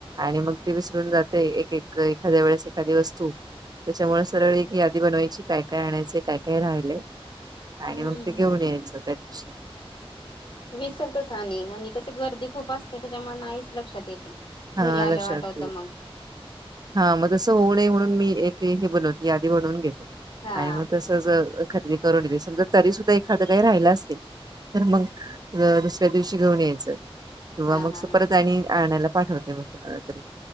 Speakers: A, on the right; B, on the left.
A: आणि मग ते विसरून जाते एक एक एखाद्या वेळेस एखादी वस्तू त्याच्यामुळे सरळ एक यादी बनवायची काय काय आणायचं काय काय राहिले आणि
B: हम्म
A: मग ते घेऊन यायचं त्या दिवशी
B: विसरतच आणि आणि कस गर्दी खूप असते त्याच्यामुळे आईच लक्षात येते
A: हा
B: घरी आल्या
A: लक्षात
B: वाटवतं
A: येईल
B: मग
A: हा मग तसं होऊ नये म्हणून मी एक हे बनव यादी बनवून घेते
B: हा
A: आणि मग तसच खरेदी करून येेत समजा तरी सुद्धा एखादं काही राहिलं असेल तर मग दुसऱ्या दिवशी घेऊन यायचं किंवा
B: हा
A: मग
B: हा
A: स
B: हा
A: परत आणि आणायला पाठवते मग कोणाला तरी